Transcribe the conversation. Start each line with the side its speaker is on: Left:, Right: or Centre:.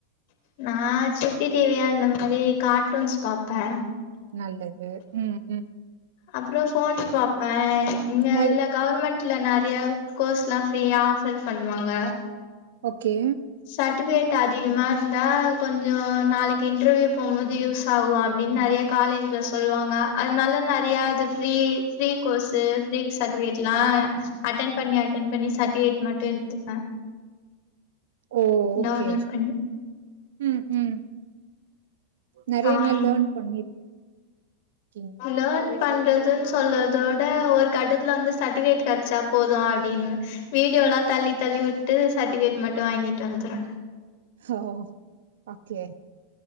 Left: நா சுட்டி டிவி அந்த மாரி கார்ட்டூன்ஸ் பாப்பே
Right: நல்லது ம் ம்
Left: அப்றோ போன் பாப்பே இங்கே
Right: மொத
Left: இல்ல கவர்மெண்ட்ல நறையா கோர்ஸ்லா ஃப்ரீயா ஆஃபர் பண்ணுவாங்க
Right: ஓகே
Left: சர்டிபிகேட் அதிகமா இருந்தா கொஞ்ச நாளைக்கு இன்டர்வியூ போம்போது யூஸ் ஆகு அ நிம்மதியா காலேஜ்ல சொல்லுவாங்க அதனால நிறைய அது ஃப்ரீ ஃப்ரீ கோர்ஸு ஃப் சர்ட்டிபிகேட்ல அட்டென் பண்ணி அட்டென் பண்ணி சர்ட்டிபிகேட் மட்டு எடுத்துப்ப
Right: ஓ! ஓகே.
Left: டவுன்லோட் பண்ணி
Right: ம் ம் நிறைய
Left: ஆ
Right: நாள் லேர்ன் பண்ணி ஓகேங்க.
Left: லேன் பண்றதுன்னு சொல்தோட ஒரு கட்டத்துல வந்து சர்டிபிகேட் கிடைச்சா போது அப்படின்னு வீடியோ எல்லா தள்ளி தள்ளி விட்டு சர்டிபிகேட் மட்டு வாங்கிட்டு வந்துரு
Right: ஓ ஓகே